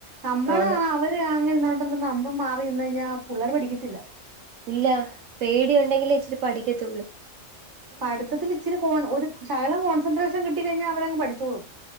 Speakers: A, on the right (about 20°); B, on the right (about 70°).
A: നമ്മള്
B: ആന്ന്
A: ആ അവര് അങ്ങനെ ഇന്നോണ്ട നമ്മള് മാറി നിന്ന് കഴിഞ്ഞാ പിള്ളാര് പഠിക്കത്തില്ല
B: ഇല്ല പേടി ഉണ്ടെങ്കിലെ ഇച്ചിരി പഠിക്കത്തോ ളൂ.
A: പഠിത്തിൽ ഇച്ചിരി കോ ഒരു സകലം കോൺസെൻട്രേഷൻ കിട്ടിഴിഞ്ഞാൽ അവരങ് പഠിച്ചോളും